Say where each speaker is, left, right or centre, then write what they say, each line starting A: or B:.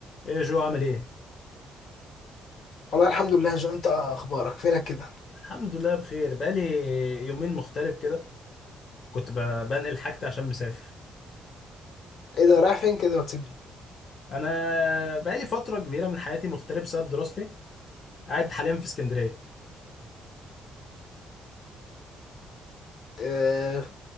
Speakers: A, on the left; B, on the left.
A: ايه جو عامل ايه؟
B: والله الحمد لله يا جو انت اخبارك فينك كده
A: الحمد لله بخير بقالي يومين مغترب كده كنت ب- بنقل حاجتي عشان مسافر
B: ايه ده رايح فين كده وتسيبني
A: انا بقالي فترة كبيرة من حياتي مغترب بسبب دراستي قاعد حاليا في اسكندرية
B: اه